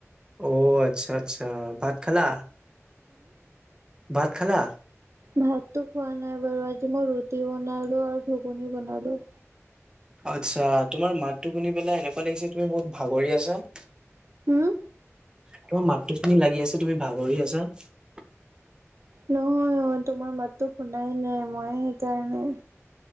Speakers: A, on the right; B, on the right.
A: অ আচ্ছা -আচ্ছা ভাত খালা ভাত খা? লা
B: ভাতটো খোৱা নাই বাৰু আজি মই ৰুটি বনালো আৰু ঘুগুনি বনালো।
A: আত্ছা তোমাৰ মাততটো শুনি পেলাই এনেকুৱা লাগিছে তুমি বহুত ভাগৰি আছা৷
B: উম
A: তোমাৰ মাতটো শুনি লাগি আছে তুমি ভাগৰি আছা।
B: নহয় অ' তোমাৰ মাততো শুনাই নাই মই সেইকাৰণে